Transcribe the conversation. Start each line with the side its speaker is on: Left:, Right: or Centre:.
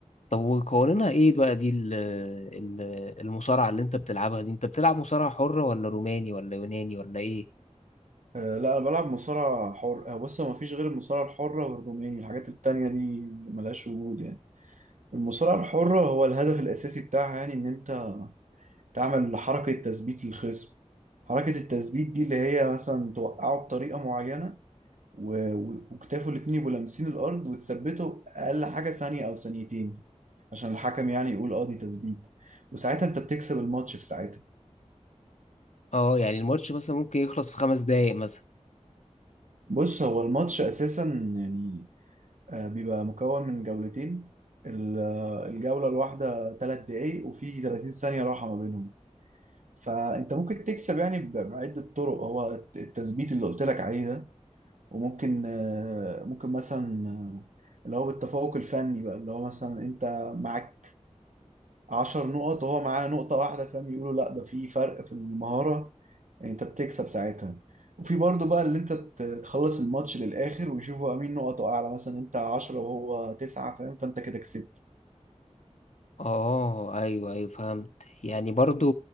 Left: طب وقوانينها ايه بقى دي ال- ال- المصارعة اللي انت بتلعبها دي انت بتلعب مصارعة حرة ولا روماني ولا يوناني ولا ايه
Right: آه، لا انا بلعب مصارعة حر آه، بص هو مفيش غير المصارعة الحرة والروماني الحاجات التانية دي ملهاش وجود يعني المصارعة الحرة هو الهدف الاساسي بتاعها يعني ان انت تعمل حركة تثبيت للخصم حركة التثبيت دي اللي هي مثلا توقعه بطريقة معينة و- و- وكتافه الاتنين يبقوا لامسين الارض وتثبته اقل حاجه ثانيه او ثانيتين عشان الحكم يعني يقول اه دي تثبيت وساعتها انت بتكسب الماتش في ساعتها
Left: اه يعني الماتش مثلا ممكن يخلص في خمس دقايق مثلا
Right: بص هو الماتش اساسا يعني آه، بيبقى مكون من جولتين ال- آه، الجوله الواحده ثلاث دقايق وفي 30 ثانيه راحه ما بينهم فانت ممكن تكسب يعني ب- بعده طرق هو الت- التثبيت اللي قلت لك عليه ده وممكن آه، ممكن مثلا آه، اللي هو بالتفوق الفني بقى اللي هو مثلا انت معاك 10 نقط وهو معاه نقطة واحدة فاهم يقولوا لا ده في فرق في المهارة يعني انت بتكسب ساعتها وفي برضه بقى اللي انت ت- تخلص الماتش للآخر ويشوفوا مين نقطه أعلى مثلا انت 10 وهو 9 فاهم فانت كده كسبت
Left: اه ايوه ايوه فهمت يعني برضو